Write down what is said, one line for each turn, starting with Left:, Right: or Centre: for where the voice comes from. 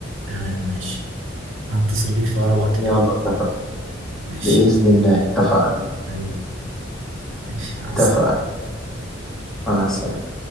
Right: تمام ماشي هتصل بيك في أقرب وقت كده
Centre: يلا اتفقنا
Right: ماشي
Centre: بإذن الله اتفقنا
Right: حبيبي. ماشي عسل
Centre: اتفقنا مع السلامة